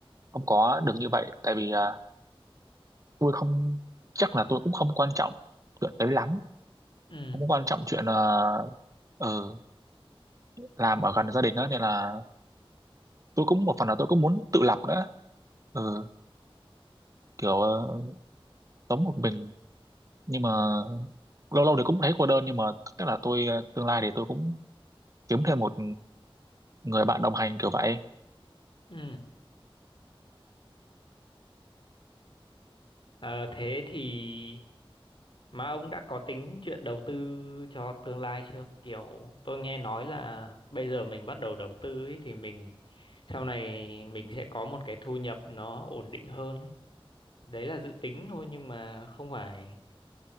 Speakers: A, on the right; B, on the left.
A: không có được như vậy tại vì ờ, tôi không chắc là tôi cũng không quan trọng chuyện đấy lắm
B: ừ,
A: không quan trọng chuyện ờ, ờ, làm ở gần gia đình á nên là tôi cũng một phần là tôi cũng muốn tự lập nữa ừ, kiểu ờ, sống một mình nhưng mà lâu lâu thì cũng thấy cô đơn nhưng mà chắc là tôi ờ, tương lai thì tôi cũng kiếm thêm một người bạn đồng hành kiểu vậy
B: ừ. Ờ, thế thì Mà ông đã có tính chuyện đầu tư cho tương lai chưa? Kiểu tôi nghe nói là bây giờ mình bắt đầu đầu tư ấy, thì mình sau này mình sẽ có một cái thu nhập nó ổn định hơn ấy. Đấy là dự tính thôi nhưng mà không phải